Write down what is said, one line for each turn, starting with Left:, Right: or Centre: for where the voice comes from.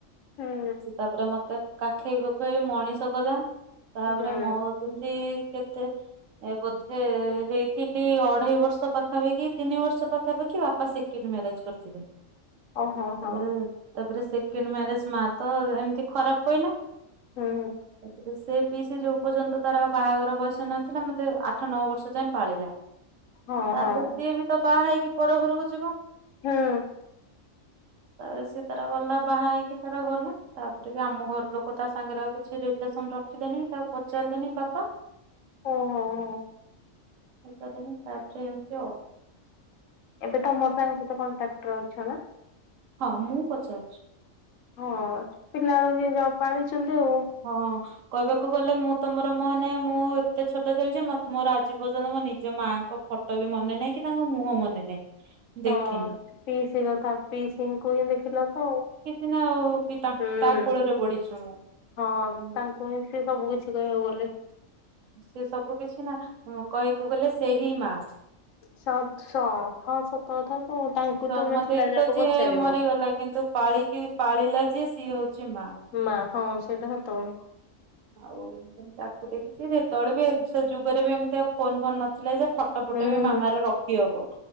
Left: ହୁଁ
Right: ତାପରେ ମତେ କାଖେଇ କୁଖେଇ ମଣିଷ କଲା ତାପରେ
Left: ହୁଁ
Right: ମୋ କେମିତି କେତେ ଏ ବୋଧେ ହେଇଥିଲି ଅଢେଇ ବର୍ଷ ପାଖାପାଖି ତିନି ବର୍ଷ ପାଖାପାଖି ବାପା ଶି ସେକେଣ୍ଡ ମ୍ୟାରେଜ୍ କରିଥିଲେ?
Left: ଓହୋ
Right: ତାପରେ
Left: ହଁ
Right: ତାପରେ ସେକେଣ୍ଡ ମ୍ୟାରେଜ ମା ତ ଏମତି ଖରାପ ପହିଲା।
Left: ହୁଁ
Right: ତାପରେ ସେ ପିଇସି ଯୋଉ ପର୍ଯ୍ୟନ୍ତ ତାର ଆଉ ବାହାଘର ବୟସ ନ ଥିଲା ମତେ ଆଠ ନଅ ବର୍ଷ ଯାଏ ପାଳିଲା
Left: ହଁ
Right: ତାପରେ
Left: ହଁ
Right: ସିଏ ବି ତ ବାହା ହେଇକି ପର ଘରକୁ ଯିବ।
Left: ହୁଁ।
Right: ତାପରେ ସିଏ ତାର ଗଲା ବାହା ହେଇକି ତାର ଗଲା। ତାପରେ ବି ଆମ ଘର ଲୋକ ତା ସାଙ୍ଗରେ ଆଉ କିଛି ରିଲେସନ ରଖିଲେନି ତାକୁ ପଚାରିଲେନି ବାପା
Left: ଓହୋ ହୋ।
Right: ହଉ ତାହେ ମୁଁ ତାପରେ ଏମିତି ଆଉ
Left: ଏବେ ତମର ତାଙ୍କ ସହିତ କଣ୍ଟ୍ରାକ୍ଟର ଅଛ ନା?
Right: ହଁ ମୁଁ ପଚାରୁଛି।
Left: ହଁ ପିଲାବେଳୁ ଯିଏ ଯାହା ହଉ ପାଳିଛନ୍ତି ଆଉ
Right: ହଁ। କହିବାକୁ ଗଲେ ମୁଁ ତୋ ମୋର ମାନେ ମୁଁ ଏତେ ଛୋଟ ଥିଲି ଯେ ମୋର ଆଜି ପର୍ଯ୍ୟନ୍ତ ମୋ ନିଜ ମାଙ୍କ ଫଟୋ ଫଟୋ ବି ମନେ ନାହିଁ କି ତାଙ୍କ ମୁହଁ ମନେ ନାହିଁ।
Left: ହଁ
Right: ଦେଖିନି।
Left: ପିଇସି କଥା ପିଇସିଙ୍କୁ ହିଁ ଦେଖିଲ ତ।
Right: ସିନା ଆଉ ତା
Left: ହୁଁ।
Right: କୋଳରେ ବଢିଛୁ ମୁଁ।
Left: ହଁ
Right: ଉଁ
Left: ତାଙ୍କୁ ହିଁ ସେ ସବୁ କିଛି କହିବାକୁ ଗଲେ।
Right: ସେ ସବୁ କିଛି ନା କହିବାକୁ ଗଲେ ସେ ହିଁ ମା।
Left: ସତ ସୋ ହଁ ସତ କଥା। ତ ତାଙ୍କୁ
Right: ଜନ୍ମ
Left: ତମେ ଥିଲା
Right: ଦେଇକି
Left: ଯାକ
Right: ତ ଯିଏ
Left: ପଚାରିବ
Right: ମରିଗଲା କିନ୍ତୁ ପାଳିକି ପାଳିଲା ଯିଏ ସିଏ ହଉଛି ମା।
Left: ମା ହଁ ସେଇଟା ସତ କଥା।
Right: ଆଉ ତାକୁ ଦେଖିଛି ସେତେବେଳେ ବି ଏ ଯୁଗରେ ବି ଏମିତି ଆଉ ଫୋନ ଫୋନ ନଥିଲା ଯେ ଫ ଫୋଟ ଫଟ
Left: ହୁଁ
Right: ବି ମାମାର ରଖି ହବ